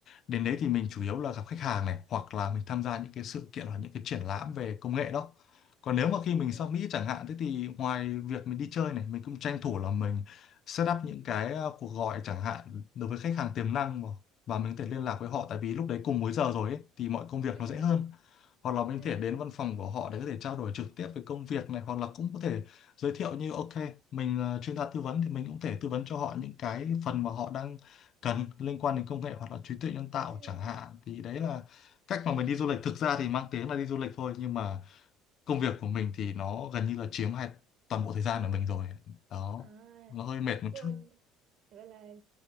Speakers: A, on the left; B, on the right.
A: Đến đấy thì mình chủ yếu là gặp khách hàng này hoặc là mình tham gia những cái sự kiện hoặc những cái triển lãm về công nghệ đó. Còn nếu mà khi mình
B: ừ
A: sang Mỹ chẳng hạn thế thì ngoài việc mình đi chơi này mình cũng tranh thủ là mình set up những cái ờ, cuộc gọi chẳng hạn đối với khách hàng tiềm năng mà và mình có thể liên lạc với họ tại vì lúc đấy cùng múi giờ rồi ấy, thì mọi công việc
B: ừ
A: nó dễ hơn hoặc là mình
B: ừ
A: có thể đến văn phòng của họ để có thể trao đổi trực tiếp về công việc này hoặc là cũng có thể giới thiệu như ok mình là chuyên gia tư vấn thì mình cũng thể tư vấn cho họ những cái phần mà họ đang cần liên quan đến công nghệ hoặc là trí tuệ nhân tạo
B: ừ
A: chẳng hạn thì đấy là cách mà mình đi du lịch thực ra thì mang tiếng là đi du lịch thôi nhưng mà công việc của mình thì nó gần như là chiếm hai toàn bộ thời gian
B: Ờ,
A: của mình rồi đó
B: à,
A: nó hơi mệt một
B: nhưng
A: chút
B: mà gọi là